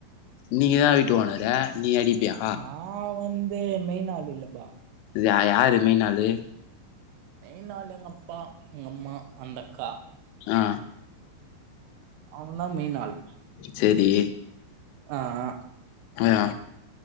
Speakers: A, on the left (about 85°); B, on the right (about 80°).
A: நீங்கதா வீட்டு ஓனரு நீ அடிப்பியா
B: நா வந்து மெய்னாள் இல்லப்பா
A: யா யாரு மெயின்னாளு
B: மெயின் நாள் எங்கப்பா எங்கம்மா அந்தக்கா
A: ஆ
B: அவ்ங்கதா மெய்னாள்
A: சேரி
B: ஆ ஆ
A: ஆ